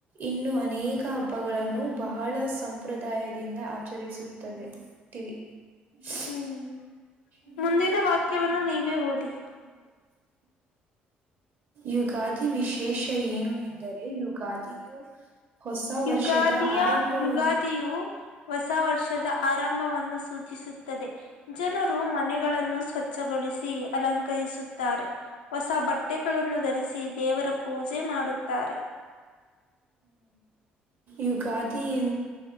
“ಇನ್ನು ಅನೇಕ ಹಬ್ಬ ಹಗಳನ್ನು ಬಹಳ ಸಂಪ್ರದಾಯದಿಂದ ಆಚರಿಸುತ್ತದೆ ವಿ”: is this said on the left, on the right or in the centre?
Right